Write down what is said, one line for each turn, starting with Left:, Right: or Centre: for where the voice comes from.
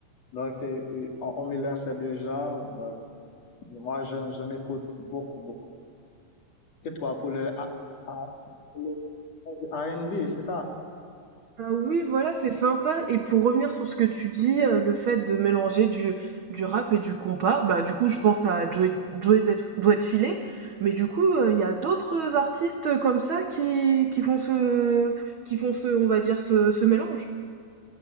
Left: Donc, c'est, on, on mélange ces deux genres. Donc, moi, j'en, j'en écoute beaucoup, beaucoup. Et toi, pour le, A- A- le R and b c'est ça?
Right: Bah, oui, voilà, c'est sympa. Et pour revenir sur ce que tu dis, euh, le fait de mélanger du, du rap et du compas, bah du coup je pense à Joey, Joey Det- Doit Filé, mais du coup euh, il y a d'autres artistes comme ça qui, qui font ce qui font ce on va dire ce, ce mélange.